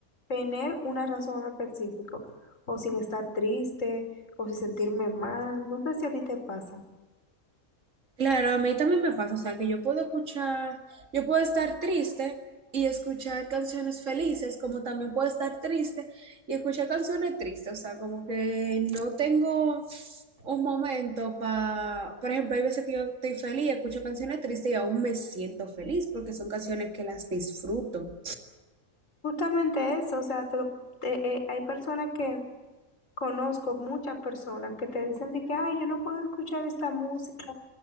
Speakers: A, on the left (about 60°); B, on the right (about 60°).
A: tener una razón específica o sin estar triste o sin sentirme mal. No sé si a ti te pasa.
B: Claro, a mí también me pasa, o sea, que yo puedo escuchar, yo puedo estar triste y escuchar canciones felices, como también puedo estar triste y escuchar canciones tristes, o sea, como que no tengo un momento para, por ejemplo, hay veces que yo estoy feliz, escucho canciones tristes y aún me siento feliz porque son canciones que las disfruto.
A: Justamente eso, o sea, te lo- te- eh, hay personas que conozco, muchas personas que te dicen de que, ay, yo no puedo escuchar esta música